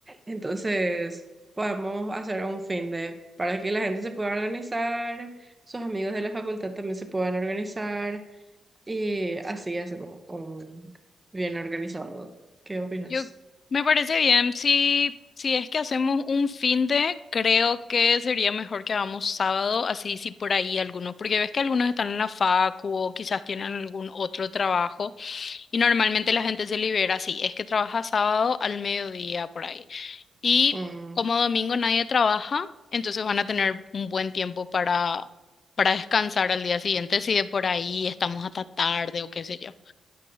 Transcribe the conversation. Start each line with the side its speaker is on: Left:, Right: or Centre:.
Right: Entonces, podemos hacer un fin de para que la gente se pueda organizar, sus amigos de la facultad también se puedan organizar y así hacemos un bien organizado. ¿Qué opinas?
Left: Yo me parece bien. Si, si es que hacemos un fin de, creo que sería mejor que hagamos sábado, así si por ahí algunos, porque ves que algunos están en la facu o quizás tienen algún otro trabajo. Y normalmente la gente se libera así, es que trabaja sábado al mediodía por ahí. Y
Right: Mm,
Left: como domingo nadie trabaja, entonces van a tener un buen tiempo para, para descansar al día siguiente, si de por ahí estamos hasta tarde o qué sé yo.